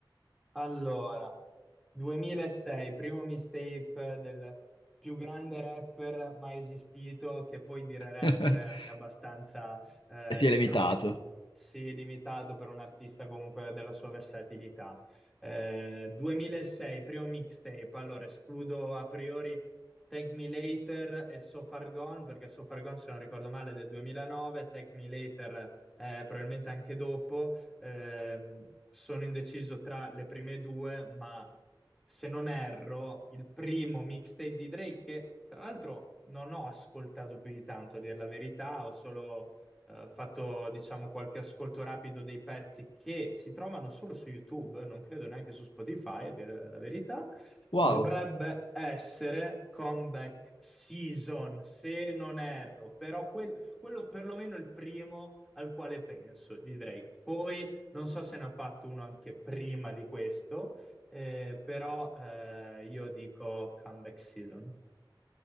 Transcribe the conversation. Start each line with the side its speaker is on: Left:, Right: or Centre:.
Centre: Allora, 2006, primo mixtape del più grande rapper mai esistito, che poi dire rapper
Left: <laughs>
Centre: è anche abbastanza, eh,
Left: Si
Centre: diciamo,
Left: è limitato.
Centre: sì, limitato per un artista comunque della sua versatilità. Eh, 2006, primo mixtape, allora escludo a priori Thank Me Later e So Far Gone, perché So Far Gone, se non ricordo male, è del 2009, Thank Me Later, eh, probabilmente anche dopo ehm, sono indeciso tra le prime due, ma se non erro, il primo mixtape di Drake, che tra l'altro non ho ascoltato più di tanto, a dire la verità, ho solo eh, fatto, diciamo, qualche ascolto rapido dei pezzi che si trovano solo su YouTube, non credo neanche su Spotify, a dire la verità.
Left: Wow,
Centre: Dovrebbe essere Comeback Season, se non erro, però quel- quello perlomeno è il primo al quale penso di Drake. Poi non so se ne ha fatto uno anche prima di questo, eh, però eh, io dico comeback season.